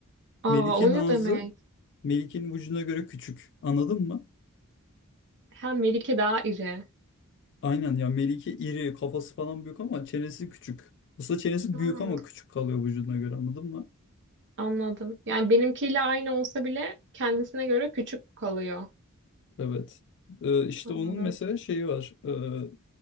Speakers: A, on the left; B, on the right.
A: Melike'nin
B: Aa o
A: ağzı
B: ne demek?
A: Melike'nin vücuduna göre küçük. Anladın mı?
B: Ha Melike daha iri.
A: Aynen ya Melike iri kafası falan büyük ama çenesi küçük. Aslında çenesi
B: Hmm,
A: büyük ama küçük kalıyor vücuduna göre anladın mı?
B: anladım. Yani benimkiyle aynı olsa bile kendisine göre küçük kalıyor.
A: Evet. Ee, işte
B: Anladım.
A: onun mesela şeyi var. Ee,